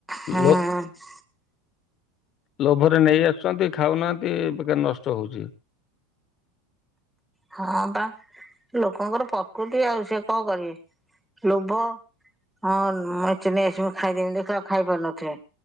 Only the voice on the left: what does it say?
ଲୋକ୍ ଲୋଭରେ ନେଇ ଆସୁଚନ୍ତି ଖାଉନାହାନ୍ତି ବେକାର ନଷ୍ଟ ହଉଚି।